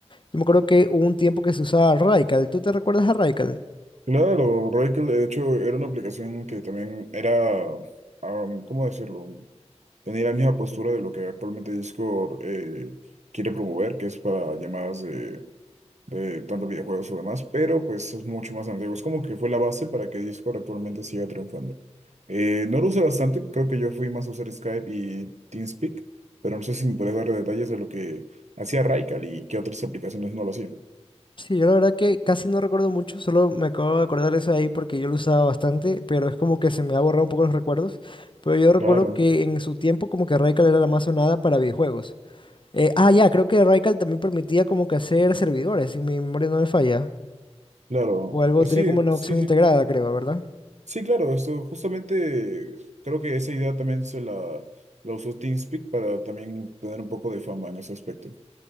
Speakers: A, on the left; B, on the right.
A: yo me acuerdo que hubo un tiempo que se usaba Raical. ¿Tú te recuerdas a Raical?
B: claro, Rakel de hecho era una aplicación que también era, ah, ¿cómo decirlo? Tenía la misma postura de lo que actualmente Discord eh, quiere promover, que es para llamadas de, de tanto videojuegos o demás, pero pues es mucho más antiguo. Es como que fue la base para que Discord actualmente siga triunfando. Eh, no lo usé bastante, creo que yo fui más a usar Skype y TeamSpeak, pero no sé si me puedes dar detalles de lo que hacía Raikal y qué otras aplicaciones no lo hacían.
A: Sí, yo la verdad que casi no recuerdo mucho, solo me acabo de acordar eso de ahí porque yo lo usaba bastante, pero es como que se me ha borrado un poco los recuerdos. Pero yo recuerdo
B: Claro,
A: que en su tiempo como que Radical era la más sonada para videojuegos. Eh, ah, ya, creo que Radical también permitía como que hacer servidores, si mi memoria no me falla.
B: claro.
A: O algo
B: Eh, sí,
A: tenía como una
B: sí,
A: opción
B: sí.
A: integrada, creo, ¿verdad?
B: Sí, claro, esto justamente creo que esa idea también se la, la usó TeamSpeak para también tener un poco de fama en ese aspecto.